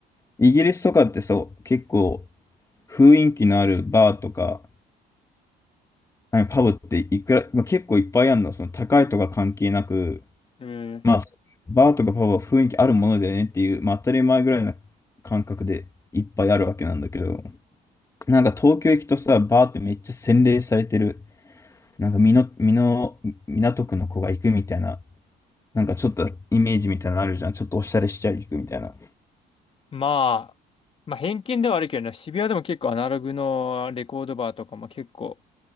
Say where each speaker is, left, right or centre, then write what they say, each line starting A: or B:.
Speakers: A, on the left; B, on the left.
A: イギリスとかってそう、結構雰囲気のあるバーとか、なんかパブっていくら、まあ、結構いっぱいあるの、その高いとか関係なく、
B: えー
A: まあ、バーとかパブは雰囲気あるものだよねっていう、まあ、当たり前ぐらいな感覚でいっぱいあるわけなんだけど、なんか東京行くとさ、バーってめっちゃ洗練されてる、なんか美濃、美濃、港区の子が行くみたいな、なんかちょっとイメージみたいなのあるじゃん。ちょっとおしゃれしちゃい行くみたいな。
B: まあ、まあ、偏見ではあるけどね、渋谷でも結構アナログのレコードバーとかも結構、